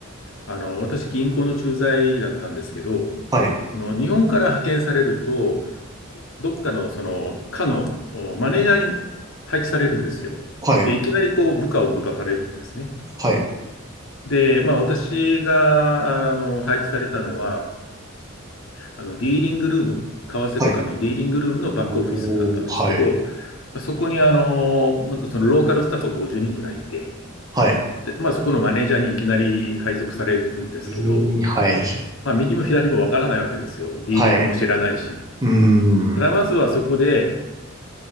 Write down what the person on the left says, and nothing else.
あの、私、銀行の駐在だったんですけど、
あの、日本から派遣されると、どっかの、その、課のおマネージャーに配置されるんですよ。
で、いきなりこう、部下を持たされるんですね。
で、まあ、私が、あの、配置されたのは、あの、ディーリングルーム、為替とかのディーリングルームのバックオフィスだったんですけど、
まあそこにあの、まそのローカルスタッフが50人ぐらいいて、
で、まあそこのマネージャーにいきなり配属されるんですけど、
まあ右も左もわからないわけですよ。ディーリングも知らないし。
ただまずはそこで